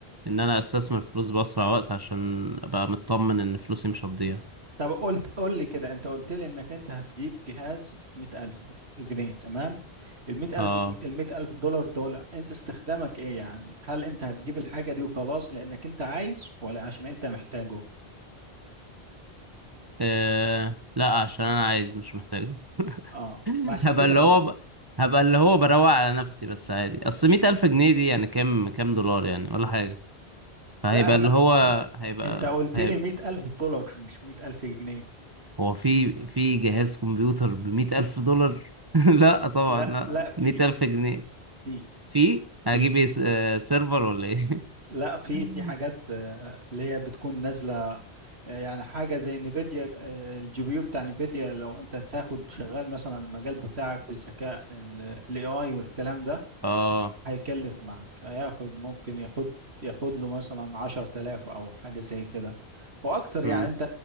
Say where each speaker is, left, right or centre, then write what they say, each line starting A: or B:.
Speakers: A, on the right; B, on the right.
A: ان انا استثمر فلوس باسرع وقت عشان ابقى مطمن ان فلوسي مش هتضيع
B: طب قلت قول لي كده انت قلت لي انك انت هتجيب جهاز مئة ألف جنيه تمام المئة
A: اه
B: ألف جن... المئة ألف دولار دول أنت استخدامك إيه يعني؟ هل أنت هتجيب الحاجة دي وخلاص لأنك أنت عايز ولا عشان أنت محتاجه؟
A: إيه... لا عشان انا عايز مش محتاج <laughs>
B: اه ما عشان
A: هبقى
B: كده
A: اللي
B: غلط
A: هو ب... هبقى اللي هو بروق على نفسي بس عادي اصل مية ألف جنيه دي يعني كام كام دولار يعني ولا حاجة فهيبقى
B: لا احنا
A: اللي هو
B: انت
A: هيبقى
B: انت قلت
A: هيبقى
B: لي 100000 دولار مش 100000 جنيه
A: هو في في جهاز كمبيوتر بمئة ألف دولار <laughs> لا طبعا
B: لا
A: لا
B: لا في
A: مئة ألف جنيه
B: في
A: في هجيب
B: في
A: ايه س- آه، سيرفر ولا ايه
B: لا في
A: <laughs>
B: في حاجات آه، اللي هي بتكون نازلة آه، يعني حاجة زي نفيديا آه، الجي بي يو بتاع نفيديا لو انت تاخد شغال مثلا المجال بتاعك في الذكاء الاي اي والكلام ده
A: اه
B: هيكلف معاك هياخد ممكن ياخد ياخد له مثلا عشر تلاف أو حاجة زي كده وأكتر
A: مم.
B: يعني أنت